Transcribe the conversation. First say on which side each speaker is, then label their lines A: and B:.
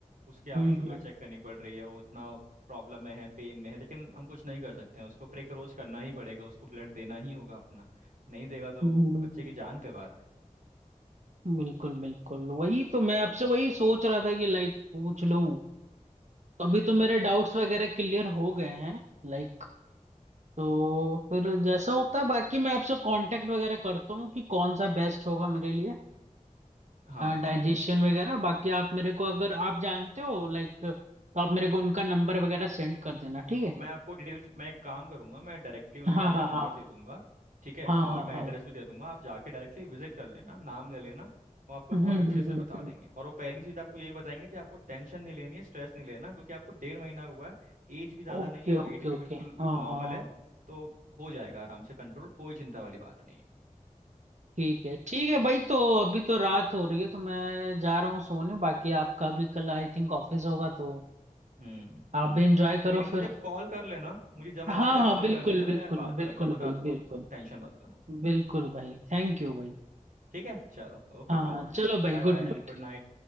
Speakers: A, on the right; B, on the right.
A: उसके आप
B: हम्म
A: शुगर
B: हम्म
A: चेक करनी पड़ रही है वो उतना प्रॉब्लम में है पेन में है लेकिन हम कुछ नहीं कर सकते हैं उसको प्रेक्रोच करना ही पड़ेगा उसको ब्लड देना ही होगा अपना नहीं देगा तो
B: हम्म,
A: बच्चे की जान पे बात है
B: हम्म, बिल्कुल बिल्कुल वही तो मैं आपसे वही सोच रहा था कि लाइक पूछ लूं तो अभी तो मेरे डाउट्स वगैरह क्लियर हो गए हैं लाइक तो फिर जैसा होता है बाकी मैं आपसे कांटेक्ट वगैरह करता हूँ कि कौन सा बेस्ट होगा मेरे लिए
A: हाँ
B: डाइजेशन वगैरह बाकी आप मेरे को अगर आप जानते हो लाइक तो आप मेरे को उनका नंबर वगैरह सेंड कर देना ठीक है
A: मैं आपको डिटेल्स मैं एक काम करूंगा मैं डायरेक्टली उनको
B: हाँ
A: आपका
B: हाँ
A: नंबर
B: हाँ
A: दे दूंगा ठीक है
B: हाँ
A: और
B: हाँ
A: मैं
B: हाँ
A: एड्रेस भी दे दूंगा आप जाके डायरेक्टली विजिट कर लेना नाम ले लेना वो आपको
B: हम्म
A: बहुत
B: हम्म
A: अच्छे से
B: हम्म
A: बता
B: हम्म।
A: देंगे और वो पहली चीज़ आपको यही बताएंगे कि आपको टेंशन नहीं लेनी है स्ट्रेस नहीं लेना क्योंकि आपको डेढ़ महीना हुआ है एज भी ज़्यादा
B: ओके
A: नहीं है वेट
B: ओके
A: भी
B: ओके
A: बिल्कुल
B: हाँ
A: नॉर्मल
B: हाँ
A: है तो हो जाएगा आराम से कंट्रोल कोई चिंता वाली बात नहीं है
B: ठीक है ठीक है भाई तो अभी तो रात हो रही है तो मैं जा रहा हूँ सोने बाकी आपका भी कल आई थिंक ऑफिस होगा तो
A: हम्म
B: आप भी एंजॉय
A: कोई
B: करो
A: नहीं मुझे
B: फिर
A: कॉल कर लेना मुझे जब मन
B: हाँ
A: करे
B: हाँ
A: कॉल
B: बिल्कुल
A: कर लेना
B: बिल्कुल
A: मैं बात
B: बिल्कुल
A: कर लूंगा बता
B: भाई
A: दूंगा
B: बिल्कुल
A: तुमको टेंशन मत लेना
B: बिल्कुल भाई थैंक यू भाई
A: ठीक है चलो okay
B: हाँ
A: bro
B: हाँ चलो भाई
A: Bye bye
B: गुड नाइट
A: good night